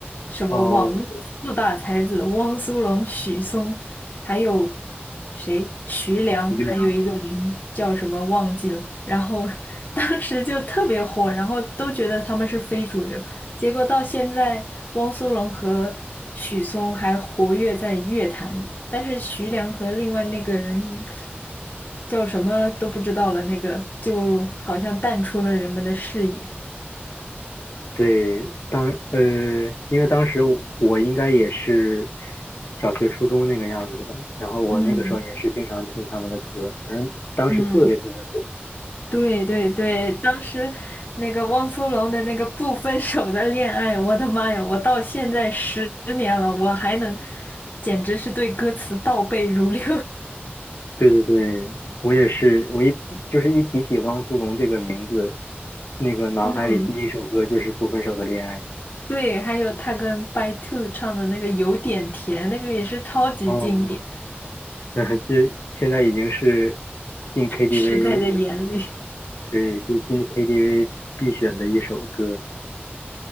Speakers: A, on the left; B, on the left.
A: 什么网络四大才子汪苏泷、
B: 哦，
A: 许嵩，还有谁？徐良，
B: 徐俊良，
A: 还有一个人叫什么忘记了。然后 <laughs> 当时就特别火，然后都觉得他们是非主流。结果到现在，汪苏泷和许嵩还活跃在乐坛里，但是徐良和另外那个人叫什么都不知道了，那个就好像淡出了人们的视野。
B: 对，当呃，因为当时我应该也是小学、初中那个样子吧，然后我那个时候也是经常听他们的歌，
A: 嗯
B: 反正当时特别特别火。
A: 嗯，对对对，当时那个汪苏泷的那个不分手的恋爱，我的妈呀，我到现在十年了，我还能，简直是对歌词倒背如流。
B: 对对对，我也是，我一就是一提起汪苏泷这个名字，那个脑海里第一首歌就是《不分手的恋爱》，
A: <laughs> 对，还有他跟 By Two 唱的那个有点甜，那个也是超级经典，
B: 哦，<laughs> 嗯，这现在已经是进 KTV，
A: 《时代的眼泪》
B: 对，就进 KTV 必选的一首歌。